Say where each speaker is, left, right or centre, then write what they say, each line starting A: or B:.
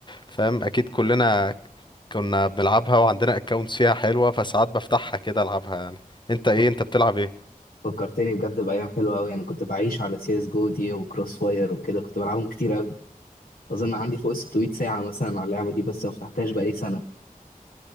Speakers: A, on the left (about 30°); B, on the left (about 75°).
A: فاهم اكيد كلنا كنا بنلعبها وعندنا اكونتس فيها حلوه فساعات بفتحها كده العبها يعني انت ايه
B: فك-
A: انت بتلعب ايه
B: فكرتني بجد بايام حلوه قوي انا كنت بعيش على سي اس جو دي وكروس فاير وكده كنت بلعبهم كتير قوي اظن عندي فوق ال 600 ساعه مثلا على اللعبه دي بس ما فتحتهاش بقالي سنه